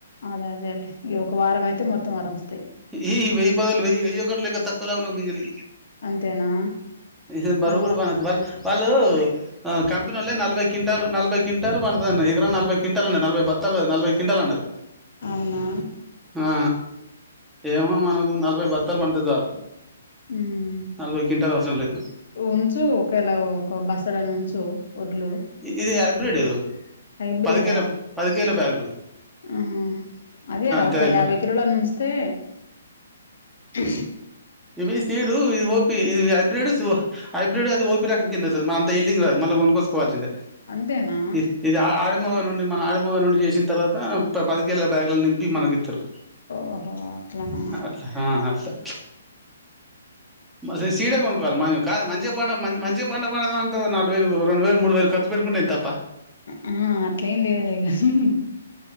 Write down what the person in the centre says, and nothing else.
ఈ ఈ వెయ్యి పదులు వెయి వెయ్యి ఒకడలక తక్కువలా ని
ఇ బరుగు
కూడా బన వాల్ వాళ్ళు కంపెనీ వాళ్లే నలభై క్వింటాల్ నలభై క్వింటల్ వంటదని ఎగర నలభై క్వింటా ఉండి నలభై బత్తులు నలభై క్వింటల్ అన్నారు
ఆ ఏమో మనకు నలభై బత్తాలు పండితే చాలు
నలభై కింట్టలు అవసరం లేద్
ఇది హైబ్రేడ్
పదికేల పదికేల బ్యాగ్
థ్యాంక్
ఇవి సీడు ఇది ఓపి ఇది హైబ్రిడ్ సో హైబ్రిడ్ అది ఓపి రకం కింద వత్తాది మన అంత ఎల్డింగ్ రాదు మల్లా కొనుక్కోచ్చుకోవాల్సిందే
ఇ ఇది ఆడమగ నుండి మన ఆడమగ నుండి చేసిన తర్వాత త ప పదికేల బ్యాగులను నింపి మనకి తిరు
ఆహ్ అట్లా ఆహ్ అట్లా
మంచి సీర కొనుక్కవాలి మన్ కాదు మంచిగా పండ మంచి పంట పండితే అంత ఒక నాలుగువేలు రెండు వేలు మూడు వేలు ఖర్చు పెట్టుకుంట నేను తప్ప